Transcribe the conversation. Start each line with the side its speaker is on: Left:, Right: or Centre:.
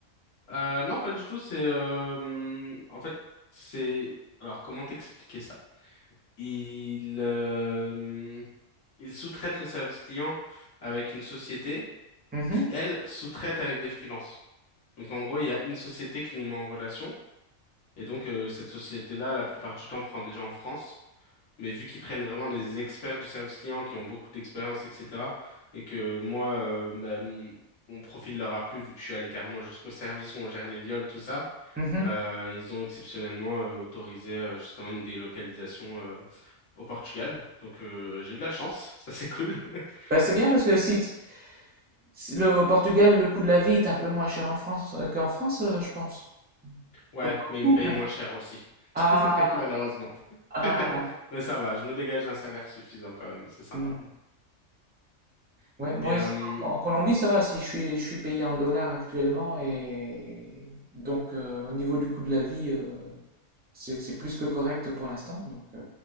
Left: Euh, non, pas du tout, c'est... euh, hum, en fait, c'est... Alors, comment t'expliquer ça? Il, euh, hum, il sous-traite le service client avec une société
Right: Mhm.
Left: qui, elle, sous-traite avec des freelances. Donc, en gros, il y a une société qui nous met en relation. Et donc, euh, cette société-là, la plupart du temps, prend des gens en France. Mais vu qu'ils prennent vraiment des experts du service client qui ont beaucoup d'expérience, etc., et que moi, euh, bah, mon, mon profil leur a plu vu que je suis allé carrément jusqu'au service où on gère les viols, tout ça,
Right: Mhm.
Left: euh, ils ont exceptionnellement euh, autorisé euh, justement une délocalisation euh, au Portugal. Donc euh, j'ai eu de la chance, <laughs> ça c'est cool. <laughs>
Right: Bah, c'est bien parce que si, t- si le, au Portugal, le coût de la vie est un peu moins cher en France euh, qu'en France, euh, je pense.
Left: Ouais,
Right: Pas
Left: mais ils
Right: beaucoup,
Left: me payent
Right: même.
Left: moins cher aussi, <laughs>
Right: Ah,
Left: malheureusement. <laughs>
Right: ah.
Left: Mais ça va, je me dégage un salaire suffisant quand même, c'est sympa.
Right: Ouais. Ouais, moi
Left: Et euh,
Right: ici en en Colombie ça va, si je suis, je suis payé en dollars actuellement et donc euh, au niveau du coût de la vie euh, c'est c'est plus que correct pour l'instant donc euh,